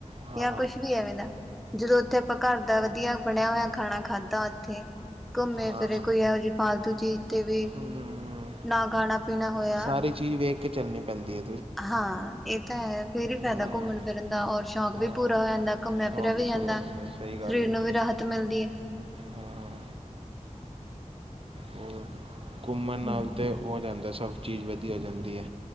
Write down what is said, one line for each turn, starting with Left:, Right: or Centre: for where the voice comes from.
Right: ਹਾਂ
Centre: ਜਾਂ ਕੁੱਛ ਵੀ ਐਵੇਂ ਦਾ। ਜਦੋਂ ਉੱਥੇ ਆਪਾਂ ਘਰ ਦਾ ਵਧੀਆ ਬਣਿਆ ਹੋਇਆ ਖਾਣਾ ਖਾਧਾ। ਤੇ ਘੁੰਮੇ
Right: ਹਾਂ
Centre: ਫਿਰੇ ਕੋਈ ਇਹੋ ਜਿਹੀ ਫਾਲਤੂ ਚੀਜ਼ 'ਤੇ ਵੀ
Right: ਹਮ
Centre: ਨਾ ਖਾਣਾ ਪੀਣਾ ਹੋਇਆ।
Right: ਸਾਰੀ ਚੀਜ਼ ਵੇਖ ਕੇ ਚਲਣੀ ਪੈਦੀ ਐ।
Centre: ਹਾਂ, ਇਹ ਤਾਂ ਹੈ ਫਿਰ ਹੀ ਫਾਇਦਾ
Right: ਹਾਂ
Centre: ਘੁੰਮਣ ਫਿਰਨ ਦਾ ਔਰ ਸ਼ੌਕ
Right: ਹਾਂ
Centre: ਵੀ ਪੂਰਾ ਹੋ ਜਾਂਦਾ। ਘੁੰਮਿਆ
Right: ਸ਼ੌਕ
Centre: ਫਿਰਿਆ ਵੀ ਜਾਂਦਾ,
Right: ਪੂਰਾ ਹੋ ਸਹੀ ਗੱਲ
Centre: ਸਰੀਰ
Right: ਹੈ
Centre: ਨੂੰ ਵੀ ਰਾਹਤ ਮਿਲਦੀ ਏ।
Right: ਹਾਂ ਹੋਰ ਘੁੰਮਣ ਨਾਲ
Centre: ਹਮ
Right: ਤਾਂ ਹੋ ਜਾਂਦਾ ਸਭ ਚੀਜ਼ ਵਧੀਆ ਹੋ ਜਾਂਦੀ ਏ।